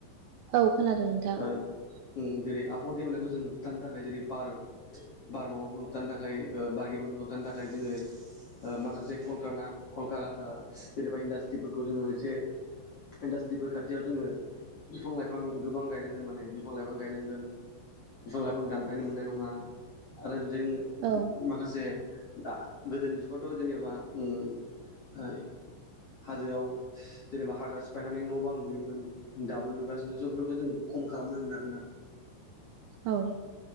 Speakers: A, on the right; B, on the left.
A: औ खोनादों नोंथां।
B: ओ उम जेरै आबहावा गेब्रेनायखौ जों होबथानो थाखाय जेरै बार बार माबाखौ होब थानो थाखाय ओ बार गेब्रेंनायखौ होबथानो थाखाय जोङो ओ माखासे कलकाना कलका ओ जेनेबा इन्डास्ट्रिफोरखौ जोङो एसे इन्डास्ट्रिफोर खाथियाव जोङो बिफां लाइफां गोबां गायनांगोन माने बिफां लाइफां गायनांगोन। बिफां-लाइफां दानफायनो मोननाय नङा आरो जोंनो
A: औ
B: माखासे दा गोदोनि जुगावथ' जेनेबा उम ओइ हाजोआव जेनेबा हाग्रा सिफायनानै न' बां लुयोमोन दाबो लुगासिनो स' बेफोरखौ जों खम खालामनांगोन आरोना।
A: औ